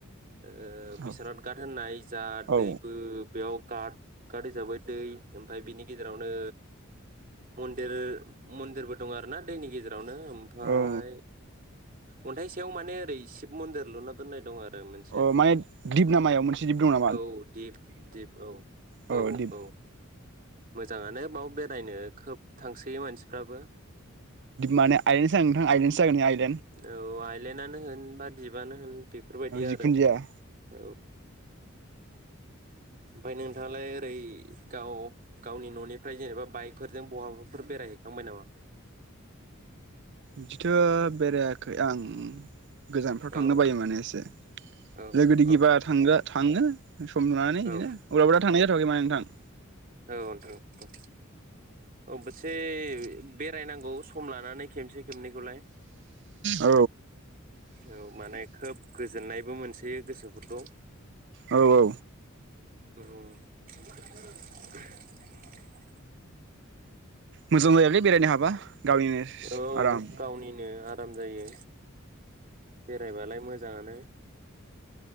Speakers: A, on the right; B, on the right.
A: ओ
B: औ
A: बिसवानाथ गाथ होननाय जा
B: औ
A: दैबो बेयाव गाट गाट हिसाबै दै ओमफाय बिनि गेजेरावनो मन्दिर मन्दिरबो दं आरो ना दैनि गेजेरावनो ओमफाय
B: औ
A: अन्थाइ सायाव माने ओरै शिब मन्दिर लुना दोननाय दं आरो मोन
B: अ माने दिप ना मायाव मोनसे दिप दङ
A: औ दिप दिप औ
B: अ
A: औ
B: दिप
A: औ मोजाङानो बाव बे बेरायनो खोब थांसोयो मानसिफ्राबो।
B: माने आइलेण्ड सो जागोन नोंथां आइलेण्ड सो जागोन इयो आइलेण्ड
A: औ आइलेण्डआनो होन बा दिबानो होन बेफोरबायदि आरो
B: जिखुनु जाया
A: औ। ओमफ्राय नोंथाङालाय ओरै गाव गावनि न'निफ्राय जेनेबा बाइकफोरजों बहाबाफोर बेरायहैखांबाय नामा?
B: बिदिथ' बेरायाखै आं। गोजानफ्राव थांनो
A: औ
B: बायो माने एसे
A: औ
B: लोगो दिगि
A: औ
B: बा थांग्रा थाङो सम लानानै इदिनो
A: औ
B: अब्लाबो दा थांनाय जाथ'वाखै माने नोंथां।
A: औ नोंथां औ से बेरायनांगौ सम लानानै खेबसे खेबनैखौलाय
B: औ
A: औ माने खोब गोजोननायबो मोनसोयो गोसोफोरखौ।
B: औ औ
A: उ
B: मोजां जायालै बेरायनो हाबा। गावनिनो
A: औ
B: आराम
A: गावनिनो आ राम जायो। बेरायबालाय मो जांनो